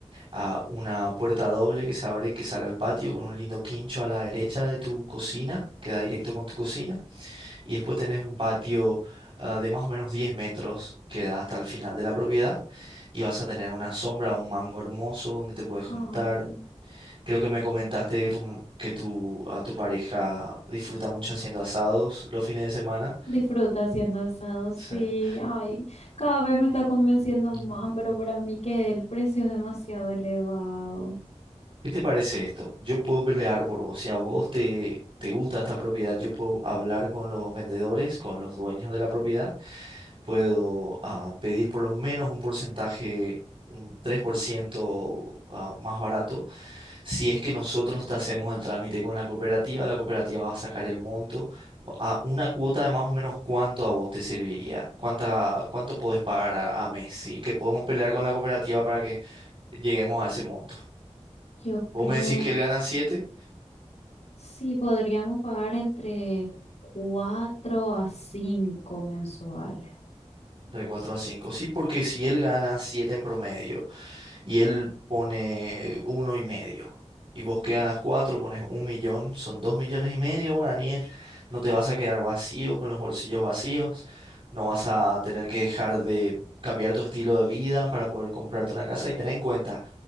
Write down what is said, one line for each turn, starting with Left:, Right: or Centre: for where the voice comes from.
Right: ah, una puerta doble que se abre y que sale al patio con un lindo quincho a la derecha de tu cocina. Queda directo con tu cocina. Y después tenés un patio ah, de más o menos 10 metros que da hasta el final de la propiedad. Y vas a tener una sombra, un mango hermoso donde te puedes juntar.
Left: Ay.
Right: Creo que me comentaste que tu, que tu, a tu pareja disfruta mucho haciendo asados los fines de semana.
Left: Disfruta haciendo asados,
Right: Sí.
Left: sí. Ay, cada vez me está convenciendo más,
Right: Ajá.
Left: pero para mí que el precio es demasiado elevado.
Right: ¿Qué te parece esto? Yo puedo pelear por vos. Si a vos te, te gusta esta propiedad, yo puedo hablar con los vendedores, con los dueños de la propiedad puedo ah, pedir por lo menos un porcentaje, un 3% ah, más barato. Si es que nosotros te hacemos el trámite con la cooperativa, la cooperativa va a sacar el monto a una cuota de más o menos cuánto a vos te serviría, cuánta, cuánto podés pagar a, a mes. Si es que podemos pelear con la cooperativa para que lleguemos a ese monto.
Left: Yo
Right: Vos
Left: creo,
Right: me decís que él gana siete
Left: sí, podríamos pagar entre 4 a 5 mensuales.
Right: entre 4 a cinco Sí, porque si él gana 7 en promedio y él pone uno y medio. Y vos que ganas cuatro, pones un millón, son dos millones y medio guaraníes. No te vas a quedar vacío con los bolsillos vacíos. No vas a tener que dejar de cambiar tu estilo de vida para poder comprarte una casa. Y ten en cuenta,